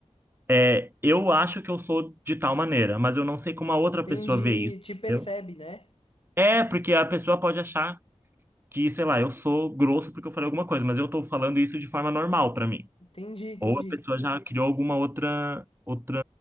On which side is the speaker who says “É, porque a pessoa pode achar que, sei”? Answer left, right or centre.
Right